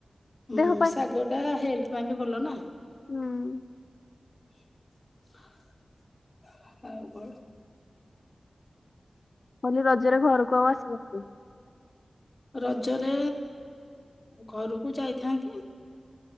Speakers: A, on the left (about 30°); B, on the left (about 55°).
A: ଉଁ
B: ଦେହ ପାଇଁ
A: ଶାଗଟା ହେ ହେଲଥ ପାଇଁ ବି ଭଲ ନାଁ।
B: ହୁଁ।
A: <inaudible> ଆଉ କଣ?
B: <unintelligible> ନିଜର ଘରକୁ ଆଉ ଆସିବୁକି?
A: ରଜରେ ଘରକୁ ଯାଇଥାନ୍ତି